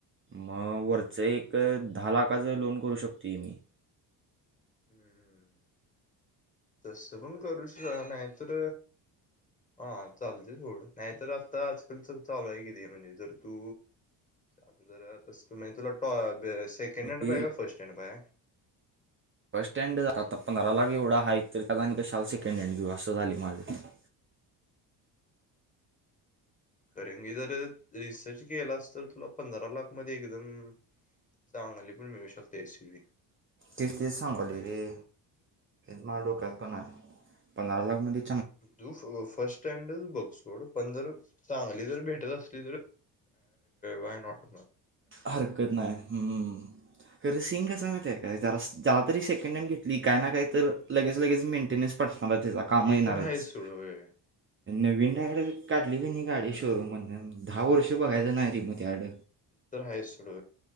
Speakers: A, on the right; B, on the left.
A: मग वरच एक दहा लाखाचं लोन करू शकतोय मी
B: हम्मम् तस पण करू शक नाहीतर हा चालते थड नाहीतर आता आजकालच चालू आहे किती म्हणजे जर तू आता जर तु तुला सेकंड हँड
A: हे
B: पय का फर्स्ट हँड प
A: स्टँड झा आता पंधरा लाग एवढा आहेा क कशाल सेकंड हँड घेऊ असं झाली माझे <inaudible>
B: करेी जर रिसर्च केला अस तर तुला पंधरा लाख म एकदम चांगली पण मिळू शकते ए सीी
A: ते तेच सांगले रे माला डोक्यात पणा पंधरा लाख म्हध्ये
B: तू फर्स्ट स्टँड बघ सोड पंधर चांगली जर भेटत असली तर वानॉट
A: हरकत नाही हम्म र सिंग असस मा आहे काय जरा जला तरी सेकंड हँड घेतली काय ना काय तर लगेच लगेच मेंटेन्सटला मला त्याच कामहीणारच
B: ते तर आहेच सोड होय
A: नवीन डायड काढली का नाही गाडी शोरूम मध दहा
B: हा
A: वर्ष बघायचं नाही रे मग ते अड
B: सुरू